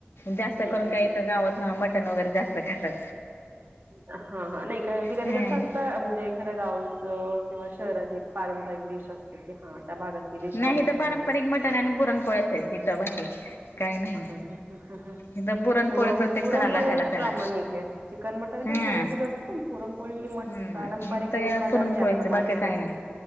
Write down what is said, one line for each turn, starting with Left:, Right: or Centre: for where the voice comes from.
Left: जास्त
Right: हम्म
Left: करून
Right: हम्म
Left: काही इथ
Right: हम्म
Left: गावत ना मटण वगैरे जास्त खातात.
Right: हा हा नाही काय बी कधी
Left: हम्म
Right: कसं अस त, म्हणजे एखाद्या गावचं किंवा शहराची एक पारंपरिक डिश असते कि हा. त्या भागात ती डिश
Left: नाही
Right: बनते,
Left: इथं पारंपरिक
Right: अच्छा!
Left: मटण आणि पुरणपोळ्याच आहे इथं बाकी काही नाही.
Right: ह ह ह
Left: इथं पुरणपोळी
Right: पुरण
Left: प्रत्येक
Right: पुरण
Left: सणाला
Right: पोळी
Left: ह्याला
Right: तर
Left: त्याला
Right: प्रामाणिक आहे चिकन मट काय
Left: हम्म
Right: सगळ्यांचं जास्तं पण पुरणपोळी ही
Left: हम्म
Right: पारंपरिक
Left: हे तर
Right: एक
Left: या
Right: पदार्थ
Left: पुरणपोळीच
Right: आहे आपला महाराष्ट्राचा
Left: बाकी काही नाही